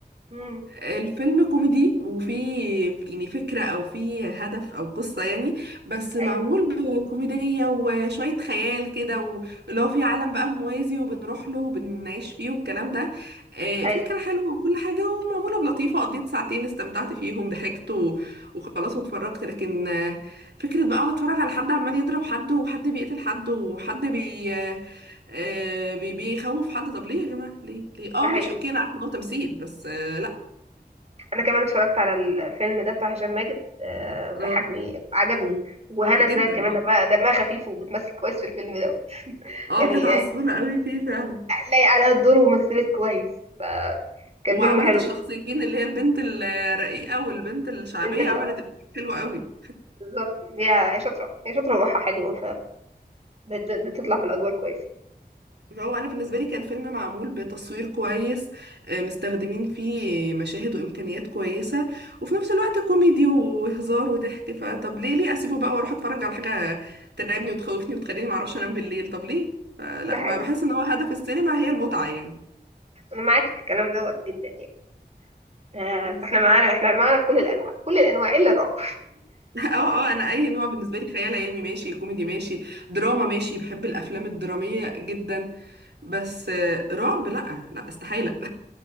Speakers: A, on the right; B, on the right.
A: امم
B: الفيلم كوميدي وفيه يعني فكرة أو فيه هدف أو قصة يعني بس معمول
A: ايوه
B: بكوميدية وشوية خيال كده واللي هو فيه عالم بقى موازي وبنروح له وبنعيش فيه والكلام ده آه،
A: ايوه
B: فكرة حلوة وكل حاجة ومعمولة بلطيفة قضيت ساعتين استمتعت فيهم ضحكت و- وخلاص واتفرجت لكن آه، فكرة بقى أقعد أتفرج على حد عمال يضرب حد وحد بيقتل حد وحد بي آه، آه، بي- بيخوف حد طب ليه يا جماعة ليه ليه اه
A: ده حقيقي
B: ماشي اوكي انا عارفه ان هو تمثيل بس آه لا
A: انا كمان اتفرجت على الفيلم ده بتاع هشام ماجد آه، وضحكني
B: اه
A: عجبني وهنا
B: جدا
A: ازاي كمان
B: اه
A: دمها دمها خفيف وبتمثل كويس في الفيلم ده
B: اه
A: يعني
B: كانت عسولة
A: آه،
B: قوي فيه فعلا
A: لايق عليها الدور ومثلت كويس فكان
B: وعملت
A: فيلم حلو
B: الشخصيتين اللي هي البنت الرقيقة والبنت الشعبية
A: انت اللي
B: عملت الاتنين حلوة قوي
A: بالظبط هي هي شاطره هي شاطره وروحها حلوه فبتطلع في الادوار كويس
B: فهو أنا بالنسبة لي كان فيلم معمول بتصوير كويس آه، مستخدمين فيه مشاهد وإمكانيات كويسة وفي نفس الوقت كوميدي وهزار وضحك فطب ليه ليه أسيبه بقى وأروح أتفرج على حاجة ترعبني وتخوفني وتخليني معرفش أنام بالليل طب ليه؟ فلا
A: ده حقيقي
B: ما بحس إن هو هدف السينما هي المتعة يعني
A: انا معاك في الكلام دوت جدا يعني آه،
B: بالظبط
A: فاحنا معانا احنا معانا في كل الانواع كل الانواع الا الرعب
B: اه اه انا اي نوع بالنسبه لي خيال علمي ماشي كوميدي ماشي دراما ماشي بحب الافلام الدراميه جدا بس آه، رعب لا لا استحاله